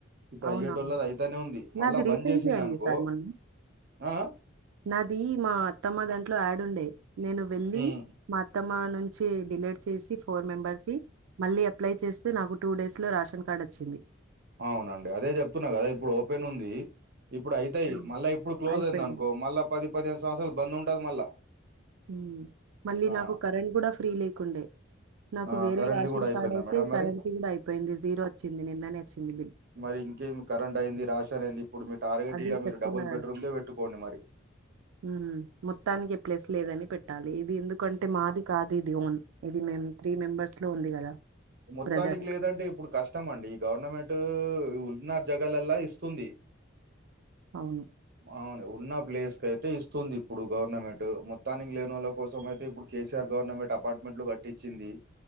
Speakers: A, on the right (about 50°); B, on the right (about 85°).
A: ఇప్పుడు
B: అవునవును.
A: అయ్యేటోళ్ళది అయితనే ఉంది
B: నాది
A: మళ్ళా
B: రీసెంట్‌లీ
A: బంద్ చేసిండనుకో
B: అయింది సార్ మొన్న.
A: ఆ ఆ
B: నాది మా అత్తమ్మ దాంట్లో యాడుండే నేను వెళ్ళి
A: ఉమ్
B: మా అత్తమ్మ నుంచి డిలీట్ చేసి ఫోర్ మెంబర్స్ కి మళ్ళీ అప్లై చేస్తే నాకు టూ డేస్ లో రాషన్ కార్డ్ వచ్చింది
A: అవునండి అదే చెప్తున్నా కదా ఇప్పుడు ఓపెన్ ఉంది ఇప్పుడు అయితాయి
B: ఆ!
A: మళ్ళా ఇప్పుడు క్లోజ్
B: అయిపోయింది.
A: అయింది అనుకో మళ్ళా పది పదిహేమిను సంవత్సరాలు బంద్ ఉంటది మళ్ళా
B: మ్ మళ్ళీ
A: ఆ
B: నాకు కరెంట్ కూడా ఫ్రీ లేకుండే నాకు
A: ఆ
B: వేరే
A: కరెంట్ది
B: రాషన్
A: కూడా అయిపోయిందా
B: కార్డ్ అయితే
A: మేడం మరి
B: కరెంట్ ది కూడా అయిపోయింది జీరో వచ్చింది నిన్ననే వచ్చింది బిల్
A: మరి ఇంకేమి కరెంట్ అయింది రాన్ అంది ఇప్పుడు మీరు టార్గెట్గా
B: అదే చెప్తున్నా
A: మీరు డబుల్ బెడ్రుకే పెట్టుకోండి మరి
B: మ్ మొత్తానికే ప్లేస్ లేదని పెట్టాలి ఇది ఎందుకంటే మాది కాదు ఇది ఓన్ ఇది మేం త్రీ మెంబర్స్ లో ఉంది కదా
A: మొత్తానికి
B: బ్రదర్స్
A: లేదంటే ఇప్పుడు కష్టం అండి ఈ గవర్నమెంట్ ఉన్న జగాలలో ఇస్తుంది
B: అవును
A: అవును ఉన్న ప్లేస్ కి అయితే ఇస్తుంది ఇప్పుడు గవర్నమెంట్ మొత్తానికి లేని వాళ్ళ కోసం అయితే ఇప్పుడు కేసీఆర్ గవర్నమెంట్ అపార్ట్మెంట్లు కట్టించింది